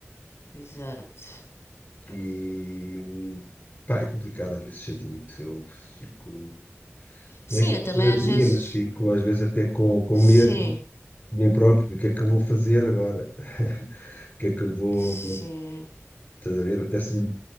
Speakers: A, on the left; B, on the left.
A: Exato.
B: E pá, é complicado às vezes sentir isso. Eu fico,
A: Sim,
B: não é que estou
A: eu também
B: fora
A: às
B: de mim,
A: vezes,
B: mas fico às vezes até com, com
A: sim.
B: medo de mim próprio, do que é que eu vou fazer agora? O que é que eu vou,
A: Sim,
B: estás a ver? Apetece-me